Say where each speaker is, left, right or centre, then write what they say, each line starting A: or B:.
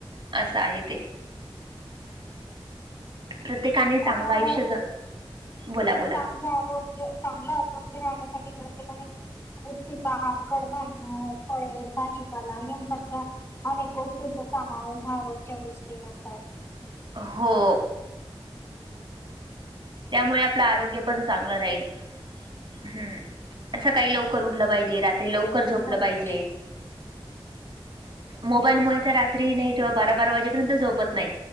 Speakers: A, on the right (about 55°); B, on the left (about 25°).
A: असं आहे ते. प्रत्येकाने चांगलं
B: पण अ
A: आयुष्य ज बोला बोला
B: चां हे आरोग्य चांगलं आरोग्य राहण्यासाठी प्रत्येकाने पौष्टिक आहार, कडधान्य फळे, भाजीपाला यांसारख्या अनेक गोष्टींचा समावेश हा रोजच्या रोज केलाच पाहिजे.
A: हो. त्यामुळे आपलं आरोग्य पण चांगलं राहील हम्म सकाळी लवक लवकर उठलं पाहिजे, रात्री लवकर झोपलं
B: बरोबर
A: पाहिजे. मोबाईलमुळे तर रात्री नाही किंवा बारा, बारा वाजेपर्यंत झोपत नाही.